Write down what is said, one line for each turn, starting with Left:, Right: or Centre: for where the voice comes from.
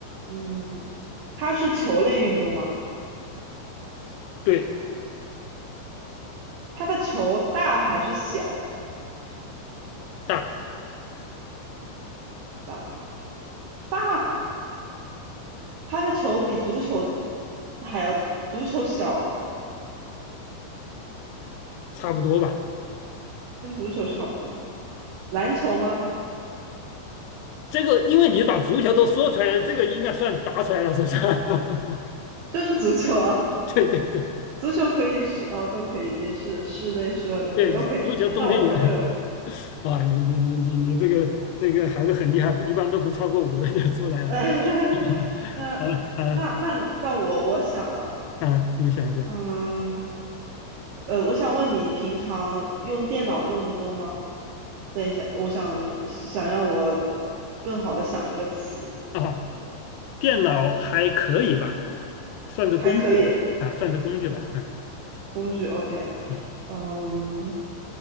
Right: 嗯，它是球类运动吗？
Left: 对，
Right: 它的球大还是小
Left: 大
Right: 大？大，它的球比足球还要，足球小吗？
Left: 差不多吧。
Right: 跟足球差不多。篮球吗？
Left: 这个因为你把足球都说出来了，这个应该算答出来了，是不是？<laughs>
Right: 就是足球啊，
Left: 对对对
Right: 足球可以是，哦，都可以，也是室内室外都可以。
Left: 对，
Right: OK，
Left: 足球冬天有
Right: 那我猜对了。
Left: 啊，你你你你你这个这个还是很厉害，一般都不超过五个就出来了。
Right: <laughs>
Left: <laughs>
Right: 那那那你，
Left: 啊啊
Right: 那我我想了，
Left: 啊！你想一下
Right: 嗯，呃，我想问你，平常用电脑用的多吗？等一下，我想想让我更好的想一个词，
Left: 啊，电脑还可以吧？算是工具吧，
Right: 还可以，
Left: 啊，算是工具吧，嗯
Right: 工具 OK，
Left: 嗯，
Right: 嗯，